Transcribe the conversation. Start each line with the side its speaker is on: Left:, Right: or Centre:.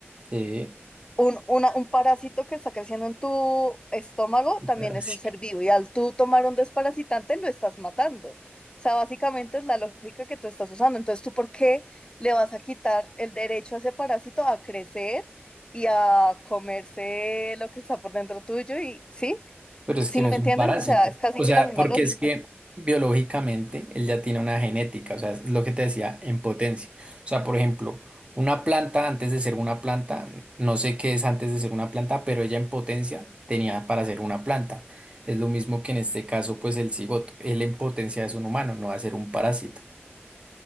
Right: sí,
Left: Un, una- un parásito que está creciendo en tu estómago
Right: Un
Left: también
Right: parásito.
Left: es un ser vivo y al tú tomar un desparasitante lo estás matando. O sea, básicamente es la lógica que tú estás usando. Entonces, ¿tú por qué le vas a quitar el derecho a ese parásito a crecer y a comerse lo que está por dentro tuyo? Y sí,
Right: pero es
Left: ¿sí
Right: que no
Left: me
Right: es
Left: entiendes?
Right: un parásito.
Left: O sea, es casi
Right: O
Left: que
Right: sea,
Left: la misma
Right: porque
Left: lógica.
Right: es que biológicamente él ya tiene una genética, o sea, es lo que te decía, en potencia. O sea, por ejemplo, una planta antes de ser una planta, no sé qué es antes de ser una planta, pero ella en potencia tenía para ser una planta. Es lo mismo que en este caso, pues el cigoto, él en potencia es un humano, no va a ser un parásito,